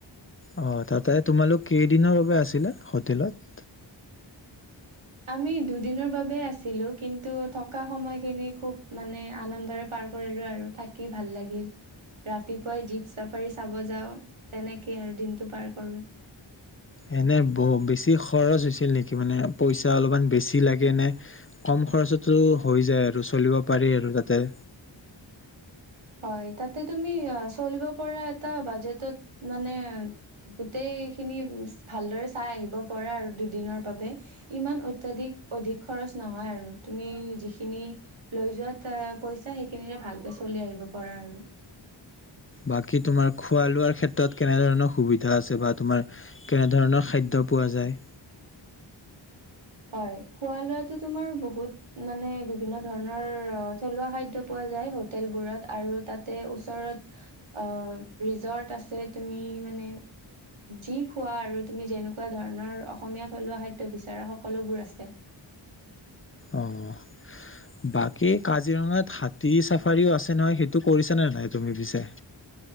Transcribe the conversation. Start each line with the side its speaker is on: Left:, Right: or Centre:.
Left: অঁ', তাতে তোমালোক, কেইদিনৰ বাবে আছিলে হোটেলত?
Right: আমি, দুদিনৰ বাবে আছিলো। কিন্তু থকা সময়খিনি, খুব মানে মানে আনন্দৰে পাৰ কৰিলো আৰু, থাকি ভাল লাগিল। ৰাতিপুৱাই, জীপ চাফাৰি চাব যাওঁ। তেনেকেই আৰু দিনটো পাৰ কৰো।
Left: এনে, ব বেছি খৰচ হৈছিল নেকি? মানে পইচা অলপমান, বেছি লাগে নে, কম খৰচতো হৈ যায় আৰু, চলিব পাৰি আৰু তাতে।
Right: হয়, তাতে তুমি আ চলিব পৰা এটা বাজেটত মানে, গোটেই খিনি, ভালদৰে চাই আহিব পৰা আৰু দুদিনৰ বাবে। ইমান অত্যাধিক অধিক খৰচ নহয় আৰু, তুমি যিখিনি লৈ যোৱাত পইচা, সেইখিনিৰে ভালকে চলি আহিব পাৰা আৰু।
Left: বাকী তোমাৰ, খোৱা লোৱাৰ ক্ষেত্ৰত, কেনেধৰণৰ সুবিধা আছে বা তোমাৰ, কেনেধৰণৰ খাদ্য পোৱা যায়?
Right: হয়, খোৱা লোৱাটো তোমাৰ বহুত, মানে, বিভিন্ন ধৰণৰ থলুৱা খাদ্য পোৱা যায়, হোটেলবোৰত আৰু তাতে ওচৰত, অ', ৰিজৰ্ট আছে, তুমি মানে যি খোৱা আৰু তুমি যেনেকুৱা ধৰণৰ, অসমীয়া থলুৱা খাদ্য বিচাৰা হক, সকলোবোৰ আছে।
Left: অঁ। বাকী কাজিৰঙাত, হাতী চাফাৰীও আছে নহয়, সেইটো কৰিচানে নাই তুমি পিছে?